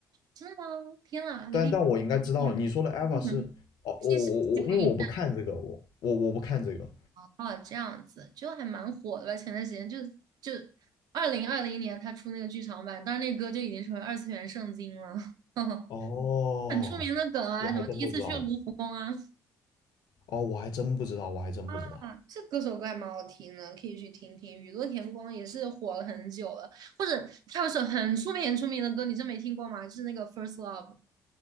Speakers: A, on the right (about 60°); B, on the left (about 65°).
A: 真的吗？天啊，你可以
B: 但但我应该知道，
A: 听一下，
B: 你说的 Eva
A: 嗯哼，
B: 是哦，
A: 西式福音。
B: 我我我，因为我不看这个，我我我不看这个。
A: 啊，这样子就还蛮火的吧？前段时间就就二零二零年他出那个剧场版，当时那个歌就已经成为二次元圣经了，<laughs>
B: 哦，
A: 很出名的梗啊，
B: 我还真不知道。
A: 什么第一次去卢浮宫啊，
B: 哦，我还真不知道，我还真不知道，
A: 啊，这歌手歌还蛮好听的，可以去听听。雨多田光也是火了很久了，或者他有首很出名很出名的歌，你真没听过吗？就是那个《First Love》。